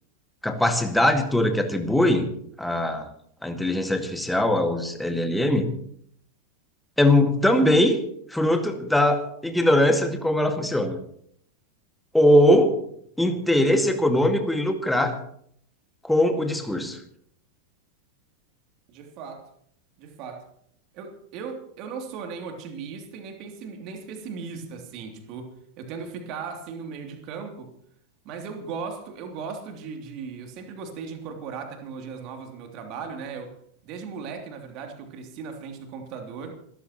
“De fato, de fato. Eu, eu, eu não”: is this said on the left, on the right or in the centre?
Right